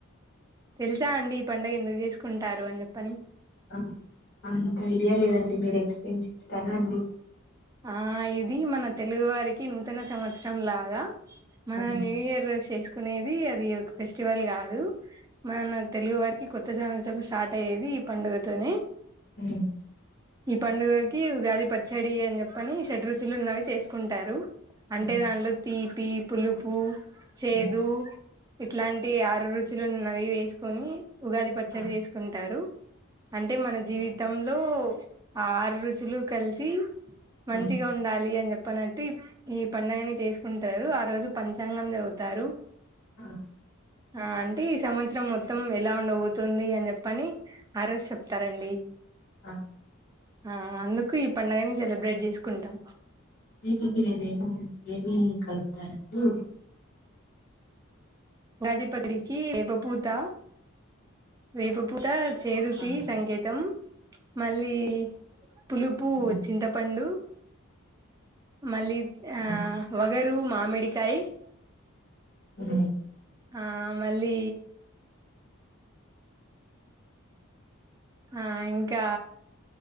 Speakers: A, on the right; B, on the left.
A: తెలుసా అండి ఈ పండుగ ఎందుకు చేసుకుంటారు అని జెప్పని
B: ఆ అంత ఐడియా లేదండి మీరు ఎక్స్ప్లెయిన్ చేస్తారు అండి
A: ఆ ఇది మన తెలుగు వారికి నూతన సంవత్సరం లాగా మన
B: ఆ ఉమ్,
A: న్యూ ఇయర్ చేసుకునేది అది ఒక ఫెస్టివల్ గాదు మన తెలుగు వారికి కొత్త సంవత్సరం స్టార్ట్ అయ్యేది ఈ పండుగతోనే
B: ఉమ్,
A: ఈ పండుగకి ఉగాది పచ్చడి అని చెప్ పని షడ్ రుచులు ఉన్నవి చేసుకుంటారు అంటే
B: ఉమ్,
A: దానిలో తీపి పులుపు చేదు
B: ఉమ్.
A: ఇట్లాంటి ఆరు రుచులు ఉన్నవి వేసుకొని ఉగాది పచ్చడి
B: ఆ,
A: చేసుకుంటారు అంటే మన జీవితంలో ఆ ఆరు రుచులు కలిసి మంచిగా
B: హ్మ్.
A: ఉండాలి అని జెప్పి అన్ టిప్ ఈ పండుగని చేసుకుంటారు ఆ రోజు పంచాంగం చదువుతారు
B: ఆ!
A: ఆ అంటే ఈ సంవత్సరం మొత్తం ఎలా ఉండబోతుంది అని చెప్పని ఆ రోజు చెప్తారండి
B: ఆ!
A: ఆ అందుకు ఈ పండుగని సెలబ్రేట్ చేసుకుంటాం
B: వీటికి మీరు ఏమో ఏమి కలుపుతారండి
A: ఉగాది పచ్చడికి వేప పూత వేపపూత చేదుకి
B: ఆ!
A: సంకేతం మళ్ళీ పులుపు
B: హ్మ్.
A: చింతపండు మళ్ళీ ఆ
B: హ్మ్.
A: వగరు మామిడ్ డికాయి
B: ఉ
A: ఆ మళ్ళీ ఆ ఇంకా